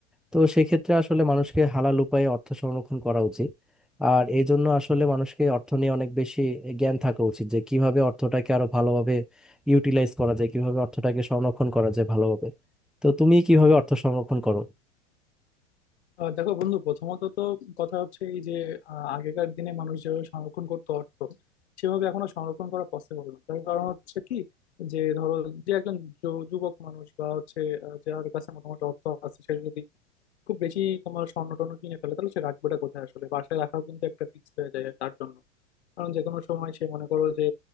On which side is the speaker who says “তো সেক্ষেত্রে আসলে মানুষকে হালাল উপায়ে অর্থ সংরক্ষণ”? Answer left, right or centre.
Centre